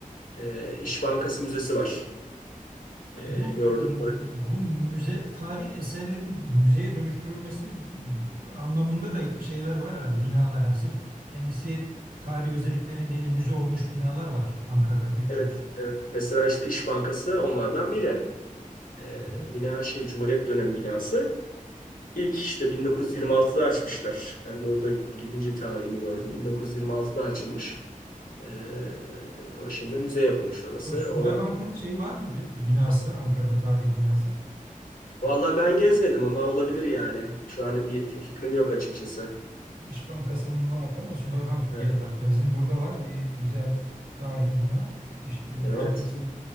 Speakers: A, on the left; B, on the right.
A: Ee, İş Bankası Müzesi var. Ee,
B: Bu
A: gördüm
B: e,
A: orayı.
B: bu müze tarihi eserlerin müzeye dönüştürülmesi anlamında da şeyler var herhalde binalar. Hani sırf kendisi tarihi özellikleri nedeniyle müze olmuş binalar var Ankara'da pek
A: Evet,
B: çok.
A: evet. Mesela işte İş Bankası onlardan biri. Ee,
B: Hı hı.
A: bina şey Cumhuriyet dönemi binası. İlk işte 1926'da açmışlar. Ben de orada gidince tarihini gördüm. 1926'da açılmış. Ee, o şimdi müze yapılmış orası.
B: O Sümer
A: Orada.
B: şeyi var mıydı binası Ankara'da tarihi binası?
A: Vallahi ben gezmedim ama olabilir yani. Şu an bir fikrim yok açıkçası.
B: İş Bankası'nın vardı ama Sümerbank bir
A: Evet,
B: geldi aklına. Bizim burada var bir güzel tarihi bina. İş, e,
A: evet.
B: arkası